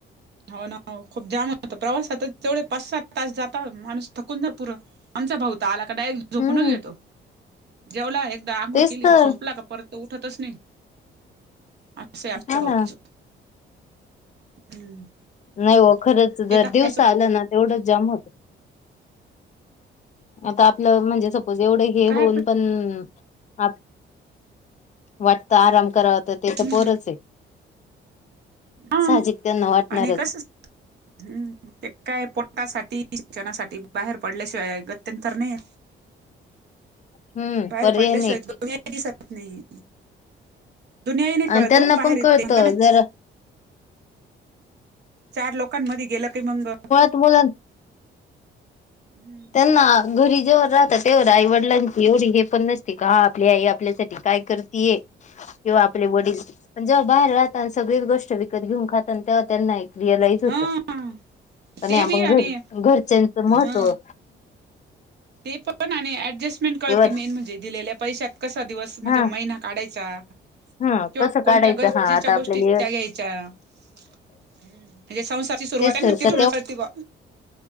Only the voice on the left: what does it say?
हम्म
तेच
तर
हा ना
नाही ओ खरंच जर
दिवसा
आलं ना एवढच जाम होत. आता आपलं म्हणजे सपोज एवढं हे
होऊन पण् आत् वाटतं आराम कराव तर ते
तर पोरच आहे.
साहाजिक त्यांना वाटणारच.
हम्म
पर्याय
नाही
आणि
त्यांना
पण
कळत
जरा
तु बोला ना?
त्यांना घरी जेवर राहतात तोवर आई वडिलांची एवढी हे पण नसती का हा आपली आई आपल्यासाठ्- ठी काय करतीय.
किंवा आपले
वडील पण जेव्हा बाहेर राहता सगळीच गोष्ट विकत घेऊन खातान तेव्हा त्यांना एक रिॲलाईज होतं.
आणि
आपण
घरी
घरच्यांचं महत्त्व.
किंवा
हा
हा
कसं
काढायचं
हा आता
आपल्याला
तेच
तर
का